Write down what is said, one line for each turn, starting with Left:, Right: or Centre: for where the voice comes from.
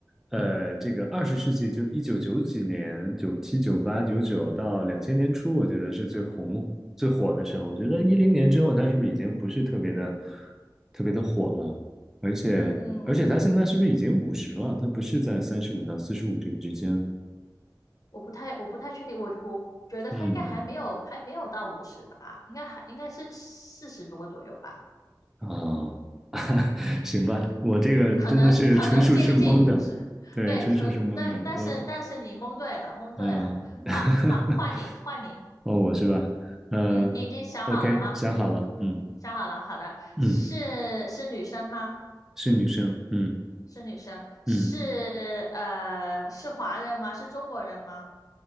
Centre: 呃这个二十世纪就一九九几年、九七、九八、九九到两千年初，我觉得是最红最火的时候。我觉得一零年之后，他是不是已经不是特别的特别的火了？而且而且他现在是不是已经五十了？
Left: 嗯，
Centre: 他不是在三十五到四十五这个之间了？
Left: 我不太，我不太确定，我我觉得他应该还没有，
Centre: 嗯
Left: 还没有到五十吧，应该还应该是四十多左右吧，
Centre: 啊，行吧，我这个真的是纯属是蒙的，
Left: 可能可能接近五十。
Centre: 对，
Left: 对，
Centre: 纯属是蒙的，
Left: 纯，但但是但是你蒙对了，
Centre: 我。
Left: 蒙对了。
Centre: 嗯，<laughs>
Left: 好好，换你换你，
Centre: 哦，我是吧？嗯，OK，
Left: 嗯，你已经想好了吗？
Centre: 想好了，嗯
Left: 想好了，好的，
Centre: 嗯，
Left: 是是女生吗？
Centre: 是女生，嗯
Left: 是女生，是呃是华人吗？
Centre: 嗯
Left: 是中国人吗？